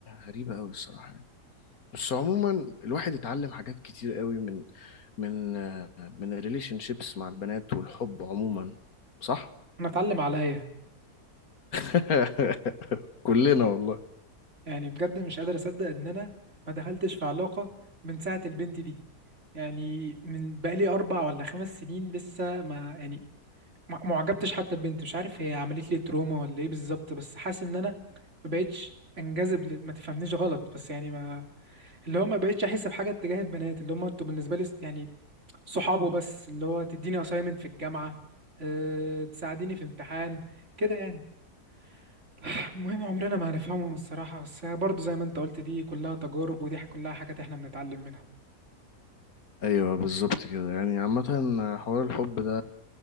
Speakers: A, on the left; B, on the right.
A: غريبة قوي الصراحة يعني بس عموما الواحد اتعلم حاجات كتير قوي من من آه، من الريليشن شيبس مع البنات والحب عموما صح
B: انا اتعلم عليا
A: <laughs> كلنا والله
B: يعني بجد مش قادر اصدق ان انا ما دخلتش في علاقة من ساعة البنت دي يعني من بقالي اربع ولا خمس سنين لسه ما يعني ما ما عجبتش حتى ببنت مش عارف هي عملت لي تروما ولا ايه بالظبط بس حاسس ان انا ما بقتش انجذب لل- ما تفهمنيش غلط بس يعني ما اللي هو ما بقتش احس بحاجه اتجاه البنات اللي هم انتوا بالنسبه لي يعني صحابه بس اللي هو تديني اسايمنت في الجامعه أه تساعديني في امتحان كده يعني <sniffs> <sighs> المهم عمرنا ما هنفهمهم الصراحه بس برضو زي ما انت قلت دي كلها تجارب ودي كلها حاجات احنا بنتعلم منها
A: ايوه بالظبط كده يعني عامة حوار الحب ده